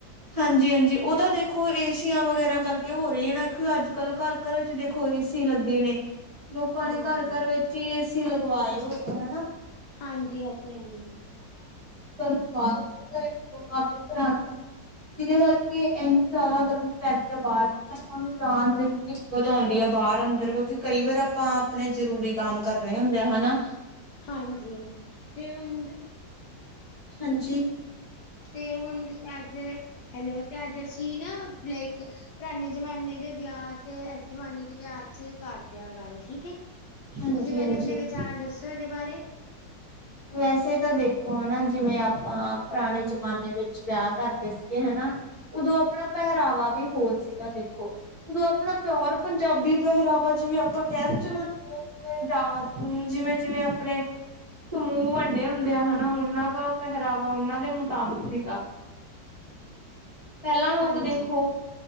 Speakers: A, on the right; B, on the left.
A: ਹਾਂਜੀ -ਹਾਂਜੀ, ਉਹ ਤਾਂ ਦੇਖੋ ਏਸੀਆਂ ਵਗੈਰਾ ਕਰਕੇ ਹੋ ਰਹੀ ਏ, ਨਾ ਕਿਉਂ ਅੱਜ ਕੱਲ੍ਹ ਘਰ -ਘਰ ਵਿੱਚ ਦੇਖੋ ਏਸੀ ਲੱਗੇ ਨੇ ਲੋਕਾਂ
B: ਹਾਂਜੀ।
A: ਨੇ ਘਰ-ਘਰ ਵਿੱਚ, ਇ ਏਸੀ ਲਗਵਾਏ ਹੋਏ ਆ ਹਨਾ-
B: ਹਾਂਜੀ ਇਹ ਤੇ ਹੈ ਹੀ, ਹੈ।
A: <unintelligible> ਜਿੱਦੇ ਕਰਕੇ ਏਨੀ ਜਿਆਦਾ ਗਰਮੀ ਪੈਂਦੀ ਏ, ਬਾਹਰ ਆਪਾਂ ਨੂੰ ਜਾਣ ਵਿੱਚ ਦਿੱਕਤ ਆਉਂਦੀ ਬਾਰ ਅੰਦਰ, ਕਿਉਂਕਿ ਕਈ ਵਾਰ ਆਪਾਂ ਅਪਨੇ ਜਰੂਰੀ ਕੰਮ ਕਰਨੇ ਹੁੰਦੇ ਆ ਹਨਾ।
B: ਹਾਂਜੀ ਤੇ ਹੁਨ
A: ਹਾਜੀ
B: ਤੇ ਹੁਣ ਅੱਜ ਹੈਲੋ ਤੇ ਅੱਜ ਅਸੀਂ ਨਾ ਲਾਇਕ ਪਰਾਨੇ ਜਮਾਨੇ ਦੇ ਵਿਆਹ ਤੇ ਇਸ ਜਮਾਨੇ ਦੇ ਵਿਆਹ ਫਿਰ ਕਰਦਿਆ ਗੱਲ ਠੀਕ ਏ,
A: ਹਾਂਜੀ-ਹਾਂਜੀ
B: ਤੁਸੀਂ ਪੈਲੇ ਅਪਨੇ ਵਿਚਾਰ ਦੱਸੋ ਇਦੇ ਬਾਰੇ।
A: ਵੈਸੇ ਤਾਂ ਦੇਖੋ ਹਨਾ। ਜਿਵੇਂ ਆਪਾਂ ਪਰਾਣੇ ਜਮਾਨੇ ਵਿੱਚ ਵਿਆਹ ਕਰਦੇ ਸੀਗੇ ਹੈਨਾ। ਉਦੋਂ ਆਪਣਾ ਪਹਿਰਾਵਾ ਵੀ ਹੋਰ ਸੀਗਾ, ਦੇਖੋ ਉਦੋਂ ਆਪਣਾ ਪਿਓਰ ਪੰਜਾਬੀ ਪਹਿਰਾ ਆਪਾਂ ਜਿਵੇਂ ਆਪਾਂ ਕਹਿਣ ਚਲੋ, ਜਿਵਂ ਜਿਵੇਂ ਜਾ ਜਿਵੇਂ ਜਿਵੇਂ ਅਪਨੇ ਸਮੂ ਵੰਡੇ ਹੁੰਦੇ ਆ ਹਨਾ। ਉਨਾਂ ਦਾ ਪਹਿਰਾਵਾ ਉਨਾਂ ਦੇ ਮੁਤਾਬਿਕ ਸੀਗਾ।
B: <inaudible> <inaudible>
A: ਪੈਲਾਂ ਲੋਕ
B: ਹਾਂਜੀ
A: ਦੇਖੋ